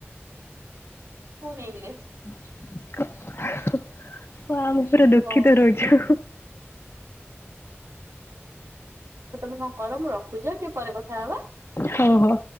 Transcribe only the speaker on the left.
<inaudible> ହଁ, ଆମେ ପୁରା ଦୁଃଖିତ
ରହୁଛୁ।
ହଉ ହଉ।